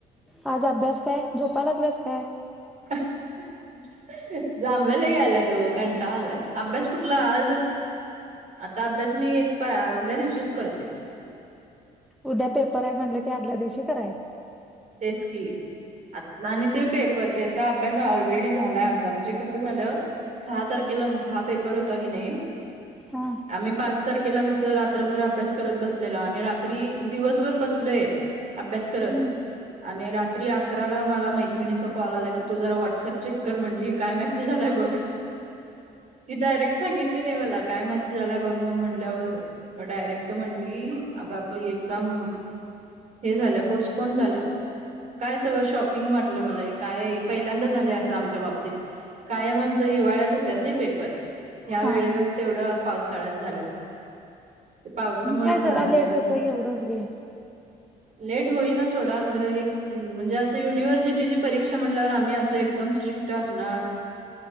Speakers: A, in the centre; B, on the right (about 50°).
A: आज अभ्यास काय, झोपायला लागलास काय.
B: आहा. जांभळ्या लई यायलात ओ कंटाळा आलाय अभ्यास कुठला आज. आता अभ्यास मी एक पा आदल्या दिवशीच करते.
A: उद्या पेपर आहे म्हटलं की, आदल्या दिवशी करायचं.
B: तेच की. आणि ते पे त्याचा अभ्यास ऑलरेडी झालाय आमचा म्हणजे कसं झालं. सहा तारखेला हा पेपर होता की नाही.
A: हा
B: आम्ही पाच तारखेला कसं रात्रभर अभ्यास करत बसलेलो, आणि रात्री दिवसभर बसलोय. अभ्यास करत.
A: हम्म
B: आणि रात्री अकराला मला मैत्रिणीचा कॉल आला की तू, जरा व्हॉट्सअप चेक कर म्हणली काय मेसेज आलाय बघ. ती डायरेक्ट सांगितली नाही मला काय मेसेज आलाय बघ मग म्हटल्यावर. मग डायरेक्ट म्हंटली अग आपली एक्झाम हे झाल्या पोस्टपोन झाल्या. काय सगळं शॉकिंग वाटलं मला काय पहिल्यांदा झालं असं आमच्या बाबतीत. कायम आमच हिवाळ्यात होत्यात नाही पेपर. ह्या
A: हा
B: वेळेलाच
A: हा
B: तेवढं पावसाळ्यात झाल्यात. ते पावसामुळेच
A: मग काय
B: झालं
A: जरा लेट
B: नाही तर
A: होतं
B: काय
A: एवढंच घे
B: लेट होईना सोडा. खरं एक. म्हणजे असं युनिव्हर्सिटीची परीक्षा म्हणल्यावर आम्ही असं एकदम स्ट्रिक्ट असणार.